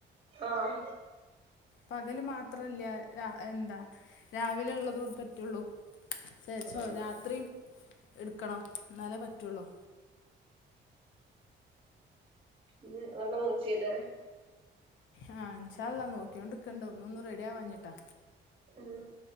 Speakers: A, on the right; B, on the left.
A: ആഹ്
B: പകല് മാത്രല്ല രാ എന്താ രാവിലെ ഉള്ളതു പറ്റുള്ളൂ ചേച്ചോ
A: ആഹ്
B: രാത്രിയും എടുക്കണം എന്നാലെ പറ്റുള്ളോ
A: ഇ <unintelligible>
B: ആഹ് ഇൻ ഷാ ള്ളാ നോക്കിയോണ്ട്ക്കണ്ട ഒന്ന്ഒന്നും റെഡിയാവാഞ്ഞിട്ടാ
A: ആഹ്